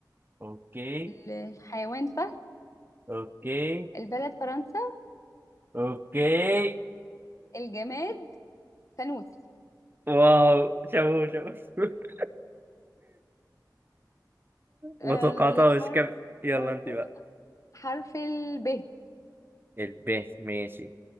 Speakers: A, on the right (about 30°); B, on the left (about 45°).
A: اوكي
B: الحيوان فهد
A: اوكي
B: البلد فرنسا
A: اوكي
B: الجماد فانوس <laughs>
A: واو شابو شابو <laughs>
B: آه،
A: ما توقعتهاش
B: أنا أقول لك حرف
A: كم يلا
B: آه،
A: انت بقى
B: حرف الب
A: الب ماشي